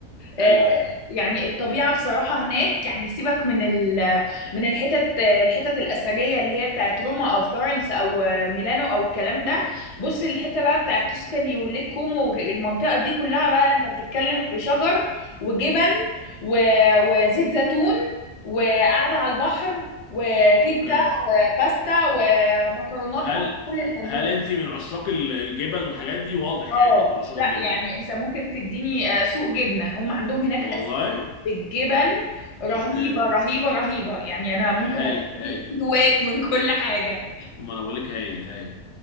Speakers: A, on the left (about 70°); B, on the left (about 45°).
A: ايوه
B: آه،
A: ايوه
B: يعني الطبيعة بصراحة هناك يعني سيبك من ال من الحتت الحتت الأثرية اللي هي بتاعت روما أو فلورنس أو آه، ميلانو أو الكلام ده بص الحتة بقى بتاعت توسكاني وليك كومو والمنطقة دي كلها بقى أنت بتتكلم في شجر وجبن و- وزيت زيتون وقعدة على البحر وبيتزا
A: اوكي
B: وباستا ومكرونات
A: هل
B: بقى كل الأنواع
A: هل انت من عشاق ال- الجبن والحاجات دي واضح
B: اه
A: يعني انك من عشاق
B: لا
A: الجبن
B: يعني انت ممكن تديني آه، سوق جبنه هم عندهم هناك
A: والله
B: اسماك بالجبن رهيبه
A: اوكي
B: رهيبه رهيبه يعني انا ممكن
A: هايل
B: اشتري
A: هايل
B: كيلوات من كل حاجه
A: ما انا بقول لك هايل هايل